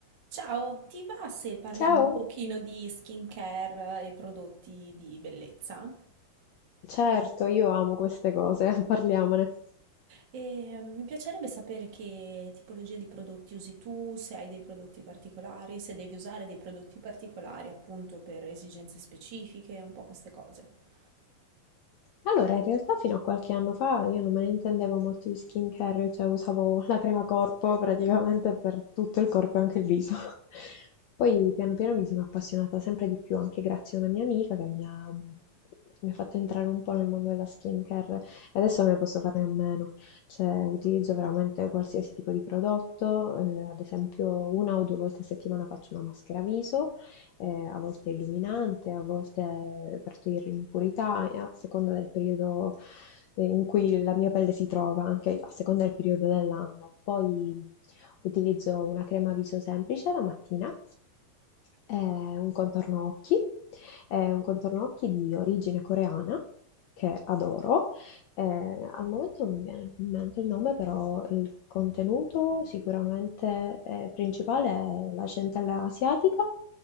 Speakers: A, on the right; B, on the left.
A: Ciao, ti va se parliamo
B: Ciao.
A: un pochino di skincare e prodotti di bellezza?
B: Certo, io amo queste cose, <laughs> parliamone.
A: E, mm, mi piacerebbe sapere che tipologia di prodotti usi tu, se hai dei prodotti particolari, se devi usare dei prodotti particolari appunto per esigenze specifiche, un po' queste cose.
B: Allora, in realtà fino a qualche anno fa io non me ne intendevo molto di skincare, cioè usavo la crema corpo praticamente per tutto il corpo e anche il viso. <laughs> Poi piano piano mi sono appassionata sempre di più, anche grazie a una mia amica che mi ha, mi ha fatto entrare un po' nel mondo della skincare e adesso non ne posso farne a meno. Cioè, utilizzo veramente qualsiasi tipo di prodotto, eh, ad esempio una o due volte a settimana faccio una maschera viso eh, a volte illuminante, a volte per togliere l'impurità, eh, a seconda del periodo eh, in cui la mia pelle si trova, anche a seconda del periodo dell'anno. Poi utilizzo una crema viso semplice la mattina, eh, un contorno occhi, eh, un contorno occhi di origine coreana che adoro. Eh, al momento non mi viene in mente il nome, però il contenuto sicuramente eh, principale è la centella asiatica